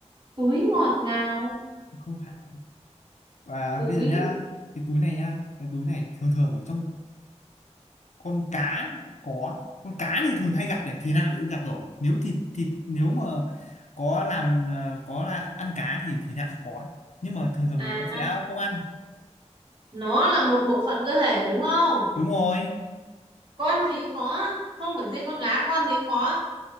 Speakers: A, on the right; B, on the left.
A: Túi ngọt ngào.
B: không phải và
A: Túi.
B: bây giờ nhá cái túi này nhá cái túi này thường thường ở trong con cá có con cá thì thường hay gặp này thì nào cũng gặp rồi nếu thịt thịt nếu mà có làm ờ, có là ăn cá thì thì nào cũng có nhưng mà thường thường
A: À,
B: người ta sẽ không ăn
A: nó là một bộ phận cơ thể đúng không?
B: đúng rồi
A: Con gì cũng có. Không phải riêng con gái, con gì cũng có.